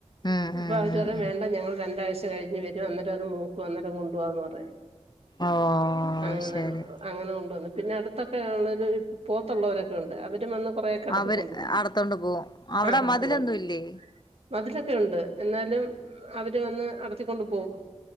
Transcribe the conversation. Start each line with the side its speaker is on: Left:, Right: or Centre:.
Left: ഉം
Right: അപ്പൊ
Left: ഉം
Right: അവര്പറിം
Left: ഉം ഉം
Right: വേണ്ട ഞങ്ങൾ രണ്ടാഴ്ച്ച കഴിഞ്ഞ് വരും അന്നേരം അത് മൂക്കും അന്നേരം കൊണ്ടു പോവാന്ന് പറയും.
Left: ഓഹ്
Right: അങ്ങനെ
Left: ശരി.
Right: അങ്ങനെ കൊണ്ടുവന്നു പിന്നെ അടുത്തൊക്കെ ഉള്ള പോത്തുള്ളവരൊക്കെ ഉണ്ട് അവരും വന്ന് കൊറെയൊക്കെ അടത്തി
Left: അവര്
Right: കൊണ്ട് പോകും
Left: അടത്തോണ്ട് പോകും അവിടെ
Right: ആ അടത്തി
Left: മതിലൊന്നും
Right: കൊണ്ട്
Left: ഇല്ലേ?
Right: മതിലൊക്കെ ഉണ്ട് എന്നാലും അവ ര് വന്ന് അടത്തിക്കൊണ്ട് പോകും.